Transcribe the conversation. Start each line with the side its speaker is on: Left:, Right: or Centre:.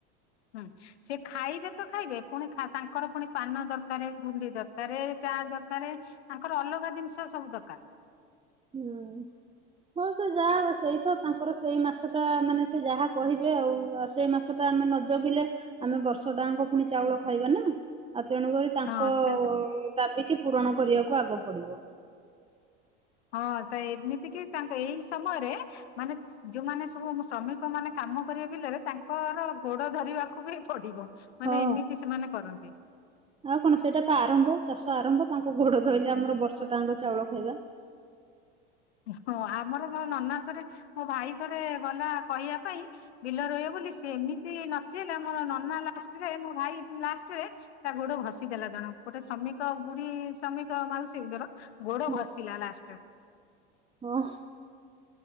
Left: ହୁଁ ସେ ଖାଇବେ ତ ଖାଇବେ। ପୁଣି ଖା ତାଙ୍କର ପୁଣି ପାନ ଦରକାର ଗୁଣ୍ଡି ଦରକାର। ଚା ଦରକାର ତାଙ୍କର ଅଲଗା ଜିନିଷ ସବୁ ଦରକାର।
Right: ହୁଁ ହଉ ସେ ଯାହା ସେଇ ତ ତାଙ୍କର ସେଇ ମାସ ଟା ମାନେ ସେ ଯାହା କହିବେ। ଆଉ ଆଉ ସେଇ ମାସ ଟା ଆମେ ନ ଜଗିଲେ ଆମେ ବର୍ଷ ଟାଙ୍କ ପୁଣି ଚାଉଳ ଖାଇବା ନା। ଆଉ ତେଣୁକରି ତାଙ୍କ
Left: ହଁ ସେ
Right: ଦାବିକି ପୂରଣ କରିବାକୁ ଆଗ ପଡିବ।
Left: ହଁ ତ ଏମିତି କି ତାଙ୍କ ଏଇ ସମୟରେ ମାନେ ଯୋଉମାନେ ସବୁ ଶ୍ରମିକ ମାନେ କାମ କରିବେ ବିଲରେ ତାଙ୍କର ଗୋଡ ଧରିବାକୁ ବି ପଡିବ। ମାନେ
Right: ହଁ।
Left: ଏମିତି ସେମାନେ କରନ୍ତି।
Right: ଆଉ କଣ ସେଇଟା ତ ଆରମ୍ଭ ଚାଷ ଆରମ୍ଭ। ତାଙ୍କ ଗୋଡ ଧୋଇଲେ ଆମର ବର୍ଷ ଟାଙ୍କ ଚାଉଳ ଖାଇବା।
Left: ହଁ ଆମର ମୋ ନନା ଥରେ ମୋ ଭାଇ ଥରେ ଗଲା କହିବା ପାଇଁ। ବିଲ ରୋଇବ ବୋଲି ସେ ଏମିତି ନଚେଇଲା ମୋ ନନା ଲାଷ୍ଟରେ ମୋ ଭାଇ ଲାଷ୍ଟରେ ତା ଗୋଡ ଘଷି ଦେଲା। ଜଣ ଗୋଟେ ଶ୍ରମିକ ବୁଢୀ ଶ୍ରମିକ ମାଉସୀ ଙ୍କର ଗୋଡ
Right: ହୁଁ।
Left: ଘଷିଲା ଲାଷ୍ଟ <unintelligible>
Right: ହଁ।